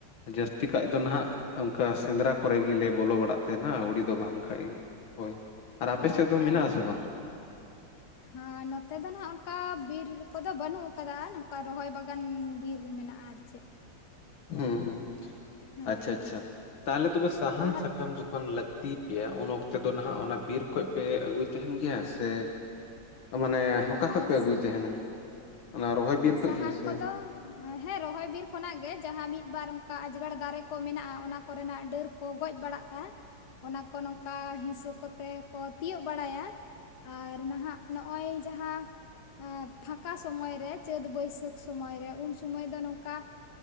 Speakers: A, on the left; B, on the left.
A: ᱡᱟᱹᱥᱛᱤ ᱠᱟᱭ ᱫᱚ ᱱᱟᱦᱟᱜ ᱚᱱᱠᱟ ᱥᱮᱸᱫᱽᱨᱟ ᱠᱚᱨᱮ ᱜᱮᱞᱮ ᱵᱚᱞᱚ ᱵᱟᱲᱟᱜ ᱛᱟᱦᱮᱱᱟ ᱟᱹᱣᱲᱤ ᱫᱚ ᱵᱟᱝ ᱠᱷᱟᱱᱡ ᱜᱮ ᱦᱳᱭ ᱟᱨ ᱟᱯᱮ
B: ᱚ
A: ᱥᱮᱫ ᱫᱚ
B: ᱟᱨ
A: ᱢᱮᱱᱟᱜ ᱟᱥᱮ ᱵᱟᱝ?
B: ᱦᱮᱸ ᱱᱚᱛᱮ ᱫᱚ ᱱᱟᱦᱟᱜ ᱚᱱᱠᱟ ᱵᱤᱨ ᱠᱚᱫᱚ ᱵᱟᱹᱱᱩᱜ ᱠᱟᱫᱟ ᱱᱚᱝᱠᱟ ᱨᱚᱦᱚᱭ ᱵᱟᱜᱟᱱ ᱵᱤᱨ ᱢᱮᱱᱟᱜ-ᱟ ᱟᱨ ᱪᱮᱫ
A: ᱦᱩᱸ ᱦᱩᱸ
B: ᱦᱳᱭ
A: ᱟᱪᱪᱷᱟ ᱟᱪᱪᱷᱟ
B: ᱟᱫᱚ
A: ᱛᱟᱦᱚᱞᱮ ᱛᱚᱵᱮ ᱥᱟᱦᱟᱱ
B: ᱛᱟᱦᱮᱸ
A: ᱥᱟᱠᱟᱢ ᱡᱚᱠᱷᱚᱱ ᱞᱟᱠ ᱛᱤ ᱯᱮᱭᱟ ᱩᱱ ᱚᱠᱛᱮ ᱫᱚ ᱱᱟᱦᱟᱜ ᱚᱱᱟ ᱵᱤᱨ ᱠᱷᱚᱡ ᱯᱮ ᱟᱹᱜᱩᱭ ᱛᱟᱦᱮᱱ ᱜᱮᱭᱟ ᱥᱮ ᱢᱟᱱᱮ
B: ᱦᱮᱸ
A: ᱚᱠᱟ ᱠᱷᱚᱡ ᱯᱮ ᱟᱹᱜᱩᱭ ᱛᱟᱦᱮᱱᱟ ᱚᱱᱟ ᱨᱚᱦᱚᱭ ᱵᱤᱨ ᱠᱷᱚᱡ
B: ᱥᱟᱦᱟᱱ
A: ᱜᱮ ᱥᱮ
B: ᱠᱚᱫᱚ ᱦᱮᱸ ᱨᱚᱦᱚᱭ ᱵᱤᱨ ᱠᱷᱚᱱᱟᱜ ᱜᱮ ᱡᱟᱦᱟᱸ ᱢᱤᱫ ᱵᱟᱨ ᱚᱱᱠᱟ ᱟᱡᱡᱽᱜᱟᱲ ᱫᱟᱨᱮ ᱠᱚ ᱠᱚ ᱢᱮᱱᱟᱜ-ᱟ ᱚᱱᱟ ᱠᱚᱨᱮᱱᱟᱜ ᱰᱟᱹᱨ ᱠᱚ ᱜᱚᱡ ᱵᱟᱲᱟᱜ-ᱟ ᱚᱱᱟ ᱠᱚ ᱱᱚᱝᱠᱟ ᱦᱤᱥᱟᱹ ᱠᱚ ᱛᱮᱠᱚ ᱛᱤᱭᱳᱜ ᱵᱟᱲᱟᱭᱟ᱾ ᱟᱨ ᱱᱟᱦᱟᱜ ᱱᱚᱜ-ᱚᱭ ᱡᱟᱦᱟᱸ ᱯᱷᱟᱠᱟ ᱥᱚᱢᱚᱭ ᱨᱮ ᱪᱟᱹᱛ ᱵᱟᱹᱭᱥᱟᱹᱠᱷ ᱥᱚᱢᱚᱭ ᱨᱮ ᱩᱱ ᱥᱚᱢᱚᱭ ᱫᱚ ᱱᱚᱝᱠᱟ